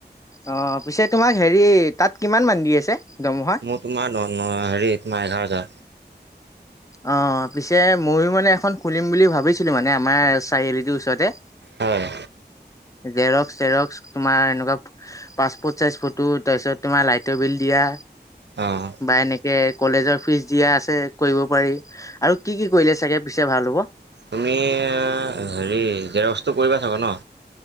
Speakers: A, on the left (about 20°); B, on the right (about 80°).
A: অ পিছে তোমাক হেৰি তাত কিমান মান দি আছে। দৰমহা
B: মোৰ তোমাৰ হেৰি তোমাৰ এঘাৰটা।
A: অ পিছে মইয়ো মানে এখন খুলিম বুলি ভাবিছিলোঁ মানে আমাৰ চাৰিআলিটোৰ ওচৰতে।
B: হয়।
A: জেৰক্স জেৰক্স তোমাৰ এনেকুৱা পাছপৰ্ট চাইজ ফটো তাৰপিছত তোমাৰ লাইটৰ বিল দিয়া।
B: অঁ
A: বা এনেকে কলেজৰ ফিজ দিয়া আছে কৰিব। পাৰি আৰু কি কি কৰিলে চাগে পিছে ভাল হ'ব।
B: তুমি হেৰি জেৰক্সটো কৰিবা চাগ ন?